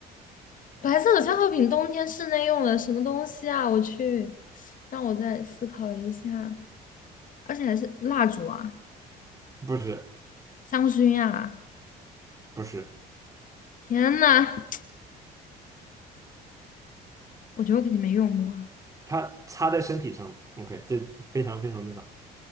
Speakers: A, on the left (about 50°); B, on the right (about 20°).
A: 白色的消耗品，冬天室内用的什么东西啊？我去，让我再思考一下，而且还是蜡烛啊，
B: 不是
A: 香薰啊，
B: 不是。
A: 天呐，我觉得我肯定没用过。
B: 它擦在身体上了 OK，这非常非常那个，